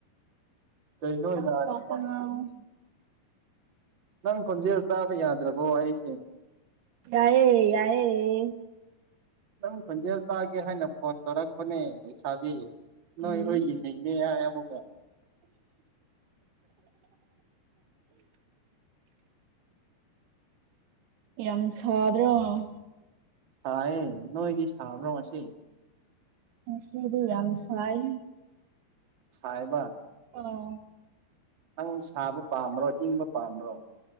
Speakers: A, on the right (about 40°); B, on the right (about 75°).
A: ꯀꯩꯩꯅꯣ ꯌꯥꯔꯦ
B: ꯑꯇꯣꯞꯄ
A: ꯌꯥꯔꯣ
B: ꯉꯥꯡꯉꯣ
A: ꯅꯪ ꯈꯣꯟꯖꯦꯜ ꯇꯥꯕ ꯌꯥꯗ꯭ꯔꯕꯣ ꯑꯩꯁꯦ
B: ꯌꯥꯏ ꯌꯥꯏꯏꯌꯦ
A: ꯅꯪ ꯈꯣꯟꯖꯦꯜ ꯇꯥꯒꯦ ꯍꯥꯏꯅ ꯐꯣꯟ ꯇꯧꯔꯛꯄꯅꯦ ꯏꯁꯥꯗꯤ ꯅꯣꯏ
B: ꯏꯁ
A: ꯍꯣꯏꯒꯤꯅꯦꯅꯦ ꯍꯥꯏ ꯑꯃꯨꯀ
B: ꯌꯥꯝ <inaudible> ꯁꯥꯥꯗꯣꯡ
A: ꯊꯑꯦ ꯅꯣꯏꯗꯤ ꯁꯥ ꯭ꯔꯝꯁꯤ
B: ꯁꯤꯔꯤ ꯌꯥꯝꯁꯥꯏ
A: ꯁꯥꯏꯕ
B: ꯑꯣ
A: ꯅꯪ ꯁꯥꯕ ꯄꯥꯝꯕ꯭ꯔꯣ ꯏꯪꯕ ꯄꯥꯝꯕ꯭ꯔꯣ